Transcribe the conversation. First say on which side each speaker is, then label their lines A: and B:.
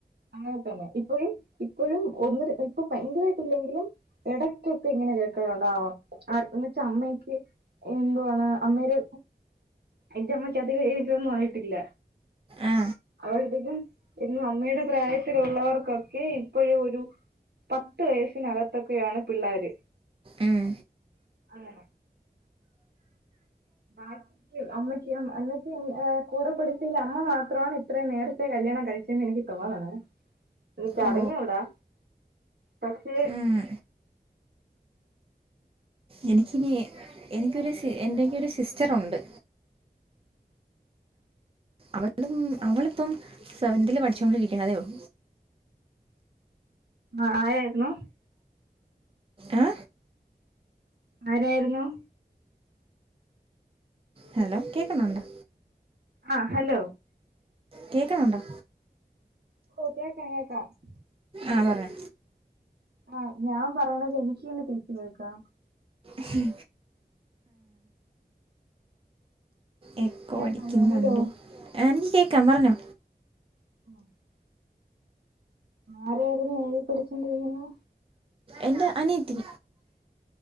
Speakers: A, on the right (about 75°); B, on the right (about 35°).
A: അതെ തന്നെ ഇപ്പഴും ഇപ്പോഴും ഒന്ന ഇപ്പൊ ഭയങ്കരമായിട്ട്ല്ലെങ്കിലും ഇടയ്ക്കൊക്കെ ഇങ്ങനെ കേൾക്കണുണ്ടാവോ എന്നച്ചമ്മയ്ക്ക് എന്തുവാണ് അമ്മേര് എന്റെമ്മക്ക് അതിക എജൊന്നും ആയിട്ടില്ല
B: ആ
A: അവരധികം ഇന്ന് അമ്മയുടെ പ്രായത്തിലുള്ളവർക്കൊക്കെ ഇപ്പോഴും ഒരു പത്ത് വയസിനകത്തൊക്കെയാണ് പിള്ളാര്
B: ഉം
A: അങ്ങനെ ആര് അമ്മക്ക് അമ്മക്ക കൂടെ പഠിച്ചതിൽ അമ്മ മാത്രമാണ് ഇത്രയും നേരത്തെ കല്യാണം കഴിച്ചന്ന് എനിക്ക് തോന്നണെ എനിക്കറിഞ്ഞൂടാ
B: ഓ
A: പക്ഷെ
B: ഉം എനിക്കിനി എനിക്കൊരു എൻ്റെ ക്കെ ഒരു സിസ്റ്ററുണ്ട് അവളും അവളിപ്പം സെവന് തിൽ പഠിച്ചുകൊണ്ടിരിക്കണ ഉള്ളൂ
A: ആഹ് ആയിരുന്നു
B: ഏ
A: ആരായിരുന്നു
B: ഹലോ കേൾക്കുന്നുണ്ടോ
A: ആഹ് ഹലോ
B: കേൾക്കുണുണ്ടോ
A: <unintelligible>
B: ആഹ് പറഞ്ഞോ
A: ആഹ് ഞാൻ പറയണത് എനിക്ക് തന്നെ തിരിച്ചു കേൾക്കാം
B: ഉം എക്കോടിക്കുന്നുണ്ടോ
A: കേൾക്കാമോ ഹലോ
B: എനിക്ക് കേക്കാം പറഞ്ഞോ.
A: ഉം. ആരായിരുന്നു എഴുതിപ്പടിച്ചൊണ്ടിരിക്കുന്നേ?
B: എന്റെ അനീയത്തി.